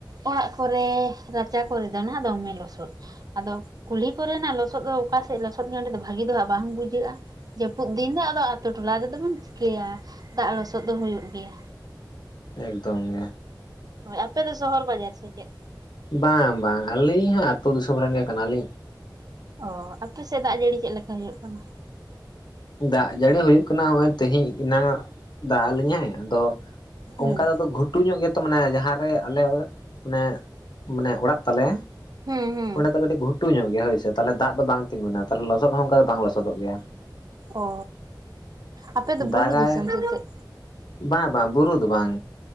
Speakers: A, on the right (about 55°); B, on the left (about 65°).
A: ᱚᱲᱟᱜ ᱠᱚᱨᱮ ᱨᱟᱪᱟ ᱠᱚᱨᱮ ᱫᱚ ᱱᱟᱦᱟᱸᱜ ᱫᱚᱢᱮ ᱞᱚᱥᱚᱫ ᱟᱫᱚ ᱠᱩᱞᱦᱤ ᱠᱚᱨᱮᱱᱟᱜ ᱞᱚᱥᱚᱫ ᱫᱚ ᱚᱠᱟᱥᱮᱫ ᱞᱚᱥᱚᱫ ᱜᱮᱭᱟ ᱚᱸᱰᱮ ᱫᱚ ᱵᱷᱟᱜᱤ ᱫᱚ ᱦᱟᱸᱜ ᱵᱟᱝ ᱵᱩᱡᱷᱟᱹᱜᱼᱟ᱾ ᱡᱟᱹᱯᱩᱫ ᱫᱤᱱ ᱫᱚ ᱟᱫᱚ ᱟᱛᱳ ᱴᱚᱞᱟ ᱨᱮᱫᱚ ᱵᱚᱱ ᱪᱤᱠᱟᱹᱭᱟ ᱫᱟᱜ ᱞᱚᱥᱚᱫ ᱫᱚ ᱦᱩᱭᱩᱜ ᱜᱮᱭᱟ᱾
B: ᱮᱠᱫᱚᱢ ᱜᱮ
A: ᱦᱳᱭ ᱟᱯᱮ ᱫᱚ ᱥᱚᱦᱚᱨ ᱵᱟᱡᱟᱨ ᱥᱮ ᱪᱮᱫ?
B: ᱵᱟᱝ ᱵᱟᱝ ᱟᱹᱞᱤᱧ ᱦᱟᱸᱜ ᱟᱛᱳ ᱫᱤᱥᱚᱢ ᱨᱮᱱ ᱜᱮ ᱠᱟᱱᱟ ᱞᱤᱧ᱾
A: ᱚ ᱟᱯᱮ ᱥᱮᱫ ᱫᱟᱜ ᱡᱟᱹᱲᱤ ᱪᱮᱫ ᱞᱮᱠᱟ ᱦᱩᱭᱩᱜ ᱠᱟᱱᱟ?
B: ᱫᱟᱜ ᱡᱟᱹᱲᱤ ᱦᱩᱭᱩᱜ ᱠᱟᱱᱟ ᱱᱚᱜᱼᱚᱭ ᱛᱤᱦᱤᱧ ᱮᱱᱟᱱᱚᱜ ᱫᱟᱜ ᱟᱞᱤᱧᱟᱭ ᱟᱫᱚᱼᱼ
A: ᱦᱩᱸ
B: ᱚᱱᱠᱟ ᱫᱚ ᱟᱫᱚ ᱜᱷᱩᱴᱩ ᱧᱚᱜ ᱜᱮᱛᱚ ᱢᱟᱱᱮ ᱡᱟᱦᱟᱸᱨᱮ ᱟᱞᱮ ᱢᱟᱱᱮ ᱢᱟᱱᱮ ᱚᱲᱟᱜ ᱛᱟᱞᱮ᱾
A: ᱦᱩᱸ ᱦᱩᱸ
B: ᱚᱸᱰᱮ ᱫᱚ ᱠᱟᱹᱴᱤᱡ ᱜᱷᱩᱴᱩ ᱧᱚᱜ ᱜᱮᱭᱟ ᱦᱳᱭ ᱥᱮ ᱛᱟᱦᱚᱞᱮ ᱫᱟᱜ ᱫᱚ ᱵᱟᱝ ᱛᱤᱸᱜᱩᱱᱟ ᱛᱟᱦᱚᱞᱮ ᱞᱚᱥᱚᱫ ᱦᱚᱸ ᱚᱱᱠᱟ ᱫᱚ ᱵᱟᱝ ᱞᱚᱥᱚᱫᱚᱜ ᱜᱮᱭᱟ᱾
A: ᱚ ᱟᱯᱮ
B: ᱫᱟᱜᱟᱭ
A: ᱫᱚ ᱵᱩᱨᱩ ᱫᱤᱥᱚᱢ ᱥᱮ ᱪᱮᱫ?
B: ᱵᱟᱝ ᱵᱟᱝ ᱵᱩᱨᱩ ᱫᱚ ᱵᱟᱝ